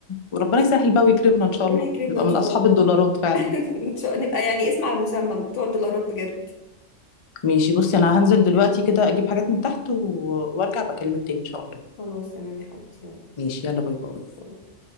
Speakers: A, on the left; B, on the left.
A: وربنا يسهل بقى ويكرمنا ان شاء
B: ربنا
A: الله
B: يكرمنا
A: نبقى
B: ان
A: من
B: شاء
A: اصحاب
B: الله
A: الدولارات فعلا
B: <laughs> ان شاء نبقى يعني اسم على مسمى بتوع الدولارات بجد
A: ماشي بصي انا هنزل دلوقتي كده اجيب حاجات من تحت و... وارجع بكلمك تاني ان شاء الله
B: خلاص تمام يا حبيبتي يلا
A: ماشي يلا باي باي
B: باي.